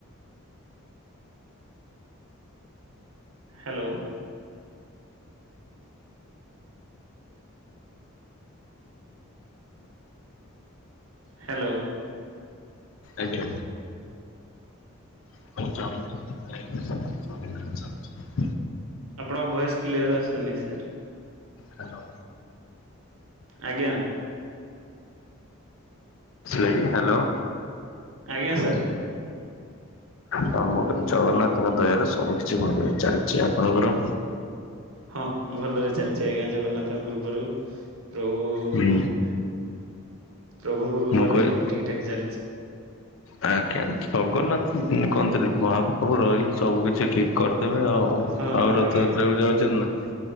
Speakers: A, on the right; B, on the left.
A: ହାଲୋ। ହ୍ୟାଲୋ।
B: ଆଜ୍ଞା। <inaudible> <inaudible>
A: ଆପଣଙ୍କ ଭଏସ୍ କ୍ଲିୟର ଆସୁନି ସାର୍।
B: ହାଲୋ।
A: ଆଜ୍ଞା।
B: ଶୁଭିଲା କି ହାଲୋ।
A: ଆଜ୍ଞା ସାର୍।
B: ହ ମୁଁ କହିଲି ଜଗନ୍ନାଥଙ୍କ ଦୟାରୁ ସବୁ କିଛି ଭଲ ଚାଲିଛି ଆପଣଙ୍କର?
A: ହଁ ଭଲରେ ଚାଲିଛି ଆଜ୍ଞା ଜଗନ୍ନାଥଙ୍କ କୃପାରୁ। ପ୍ରଭୁ
B: ହୁଁ
A: ପ୍ରଭୁଙ୍କ କୃପାରୁ
B: ମୁଁ କହିଲି
A: ସବୁ ଠିକ ଠାକ ଚାଲିଛି।
B: ଆଜ୍ଞା ଜଗନ୍ନାଥ କୁହନ୍ତିନି ମହାପ୍ରଭୁ ରହିଲେ ସବୁ କିଛି ଠିକ। କରିଦେବେ ଆଉ
A: ହଁ
B: ଆଉ
A: ଆଜ୍ଞା
B: ରଥଯାତ୍ରାକୁ ଯାଉଛନ୍ତି ନା?